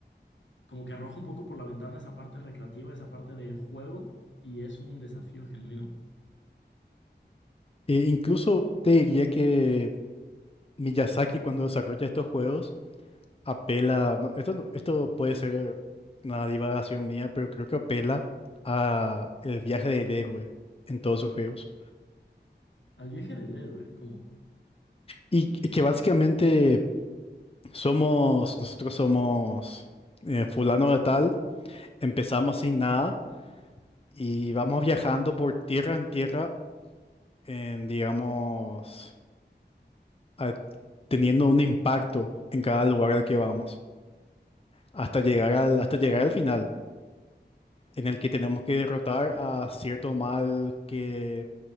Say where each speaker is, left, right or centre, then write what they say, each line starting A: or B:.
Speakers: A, on the left; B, on the left.
A: como que arroja un poco por la ventana esa parte recreativa, esa parte de juego, y es un desafío genuino.
B: E incluso te diría que Miyazaki cuando desarrolla estos juegos apela, no, esto no- esto puede ser una divagación mía, pero creo que apela a el viaje del héroe en todos sus juegos.
A: Al viaje del héroe, ¿cómo?
B: Y que que básicamente Somos, nosotros somos eh, fulano de tal, empezamos sin nada y vamos viajando por tierra en tierra, en, digamos, a- teniendo un impacto en cada lugar al que vamos, hasta llegar al, hasta llegar al final, en el que tenemos que derrotar a cierto mal que